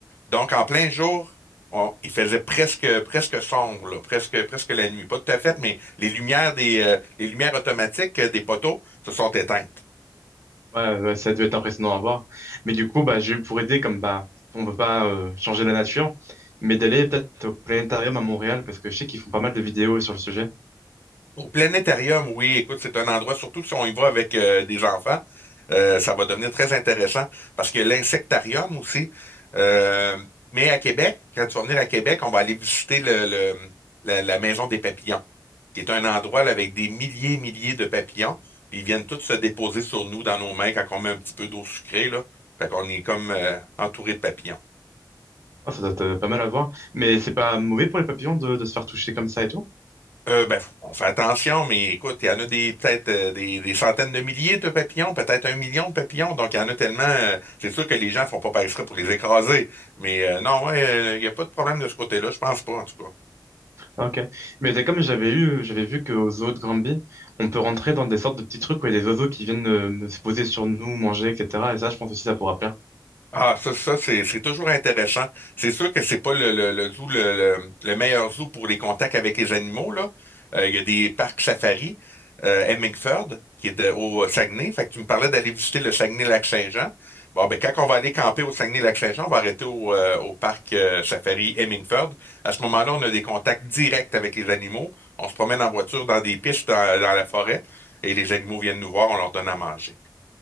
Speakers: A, on the left; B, on the right.
A: Donc, en plein jour, on- il faisait presque, presque sombre, là, presque, presque la nuit. Pas tout à fait, mais les lumières des, euh, les lumières automatiques euh, des poteaux se sont éteintes.
B: Ouais, ouais, ouais, ça doit être impressionnant à voir. Mais du coup, bah, j'ai eu pour aider, comme bah, on peut pas euh, changer la nature, mais d'aller peut-être au planétarium à Montréal, parce que je sais qu'ils font pas mal de vidéos sur le sujet.
A: Au planétarium, oui, écoute, c'est un endroit, surtout si on y va avec euh, des enfants, euh, ça va devenir très intéressant parce que l'insectarium aussi. euh, mais à Québec, quand tu vas venir à Québec, on va aller visiter le, le- la, la maison des papillons. qui est un endroit là, avec des milliers et milliers de papillons. Puis ils viennent tous se déposer sur nous, dans nos mains, quand on met un petit peu d'eau sucrée, là. Fait qu'on est comme euh, entouré de papillons.
B: Ah, ça doit être euh, pas mal à voir. Mais c'est pas mauvais pour les papillons de, de se faire toucher comme ça et tout?
A: Euh, ben, on fait attention, mais écoute, il y en a des peut-être euh, des, des centaines de milliers de papillons, peut-être un million de papillons, donc il y en a tellement. euh, c'est sûr que les gens font pas par exprès pour les écraser, mais euh, non, ouais, euh, il n'y a pas de problème de ce côté-là, je pense pas en tout cas.
B: Ok. Mais c'est comme j'avais eu, j'avais vu qu'au zoos de Granby, on peut rentrer dans des sortes de petits trucs où il y a des oiseaux qui viennent euh, se poser sur nous, manger, etc. Et ça, je pense aussi, ça pourra plaire.
A: Ah, ça, ça, c'est, c'est toujours intéressant. C'est sûr que c'est pas le, le, le zoo, le, le, le meilleur zoo pour les contacts avec les animaux, là. Euh, il y a des parcs safari, euh, Hemingford, qui est de- au Saguenay. Fait que tu me parlais d'aller visiter le Saguenay-Lac-Saint-Jean. Bon, ben, quand on va aller camper au Saguenay-Lac-Saint-Jean, on va arrêter au, euh, au parc euh, safari Hemingford. À ce moment-là, on a des contacts directs avec les animaux. On se promène en voiture dans des pistes dans, dans la forêt et les animaux viennent nous voir, on leur donne à manger.